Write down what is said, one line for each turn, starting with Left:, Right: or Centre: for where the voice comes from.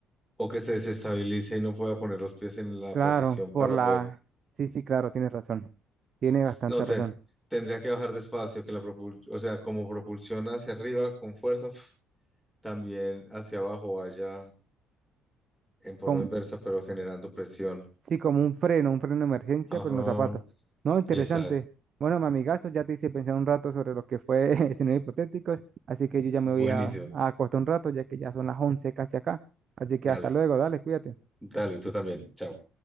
Centre: o que se desestabilice y no pueda poner los pies en la
Right: Claro,
Centre: posición
Right: por
Centre: para
Right: la...
Centre: poder.
Right: Sí, sí, claro, tienes razón. Tiene bastante
Centre: No, te,
Right: razón.
Centre: tendría que bajar despacio, que la propul- o sea, como propulsión hacia arriba con fuerza, pf, también hacia abajo vaya en forma
Right: Con-
Centre: inversa, pero generando presión.
Right: Sí, como un freno, un freno de emergencia,
Centre: Ajá,
Right: pero en los zapatos. No, interesante.
Centre: exacto.
Right: Bueno, mi amigazo, ya te hice pensar un rato sobre lo que fue <laughs> escenarios hipotéticos, así que yo ya
Centre: Buenísimo.
Right: me voy a, a acostar un rato, ya que ya son las 11 casi acá. Así que
Centre: Dale,
Right: hasta luego, dale, cuídate.
Centre: dale, tú también. Chao.